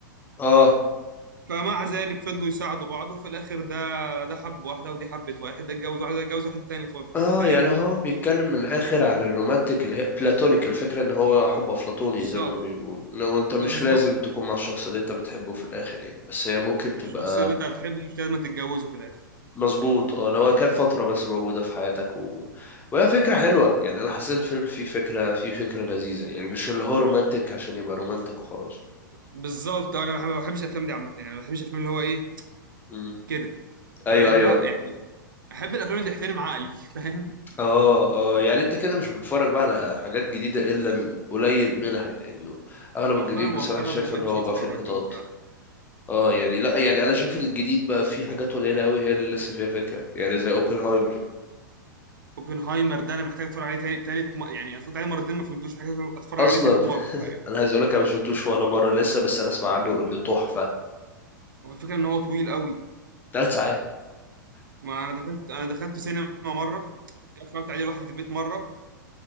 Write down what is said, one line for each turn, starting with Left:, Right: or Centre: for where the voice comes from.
Left: اه
Right: فمع ذلك فضلوا يساعدوا بعض وفي الآخر ده ده حب واحدة ودي حبت واحد ده اتجوز واحدة ده اتجوز واحد تاني خالص
Left: اه
Right: فاهمني؟
Left: يعني هو بيتكلم من الاخر عن الرومانتيك اللي هي بلاتونيك الفكره ان هو حب افلاطوني
Right: بالظبط
Left: زي ما بيقول لو انت
Right: بالظبط
Left: مش لازم تكون مع الشخص اللي انت بتحبه في الاخر يعني بس هي ممكن تبقى
Right: الشخص اللي أنت بتحبه مش لازم تتجوزه في الآخر
Left: مظبوط اه لو هي كانت فتره بس موجوده في حياتك و... وهي فكره حلوه يعني انا حسيت الفيلم فيه فكره فيه فكره لذيذه يعني مش اللي هو رومانتيك عشان يبقى رومانتيك وخلاص
Right: بالظبط أنا ما بحبش الأفلام دي عامة يعني ما بحبش الأفلام اللي هو إيه
Left: مم.
Right: كده
Left: ايوه
Right: فاهم
Left: ايوه
Right: لا يعني أحب الأفلام اللي تحترم عقلي <laughs> فاهم؟
Left: اه اه يعني انت كده مش بتتفرج بقى على حاجات جديدة الا القليل منها لانه اغلب
Right: والله
Left: الجديد
Right: أنا مؤخرا
Left: بصراحة شايف
Right: ما
Left: ان
Right: بقتش
Left: هو
Right: بتفرج
Left: بقى فيه انحطاط
Right: أوي
Left: اه يعني لا يعني انا شايف الجديد بقى فيه حاجات قليلة قوي هي اللي لسه فيها فكرة يعني زي اوبنهايمر
Right: اوبنهايمر ده انا محتاج اتفرج عليه تاني تالت م... يعني اتفرج عليه مرتين ما فهمتوش محتاج اتفرج
Left: اصلا
Right: عليه تالت
Left: <laughs>
Right: مره فاهم
Left: انا عايز اقول لك انا ما شفتوش ولا مرة لسه بس انا اسمع عنه انه تحفة
Right: هو الفكره ان هو طويل قوي
Left: ثلاث ساعات
Right: ما انا دخلت انا دخلت سينما مره اتفرجت عليه لوحدي في البيت مره